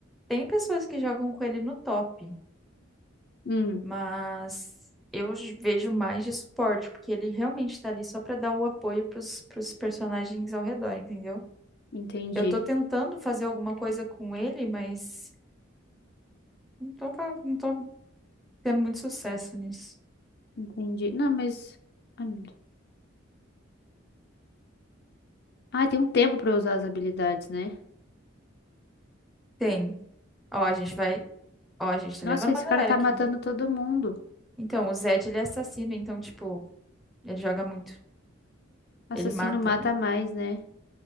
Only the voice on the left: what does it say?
Hum,
entendi,
entendi. Não, mas... Ai, meu Deus. Ah, tem um tempo pra eu usar as habilidades, né?
Nossa,
esse
cara tá
matando todo mundo.
Assassino
mata mais, né?